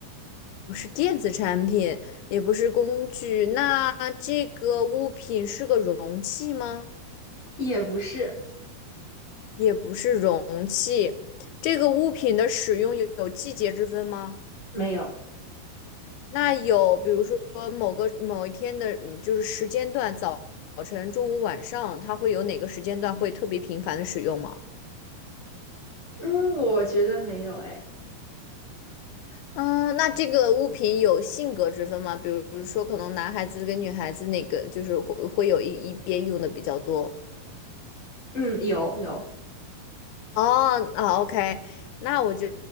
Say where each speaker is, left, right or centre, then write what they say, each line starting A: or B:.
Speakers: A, on the left; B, on the left.
A: 不是电子产品，也不是工具。那这个物品是个容器吗？
B: 也不是，
A: 也不是容器。这个物品的使用有有季节之分吗？
B: 没有，
A: 那有，比如说某个某一天的，嗯就是时间段，早早晨、中午、晚上，它会有哪个时间段会特别频繁的使用吗？
B: 嗯，我觉得没有，哎，
A: 嗯，那这个物品有性格之分吗？比如说，可能男孩子跟女孩子哪个就是会会有一一边用的比较多。
B: 嗯，有，有，
A: 哦，啊，OK，那我就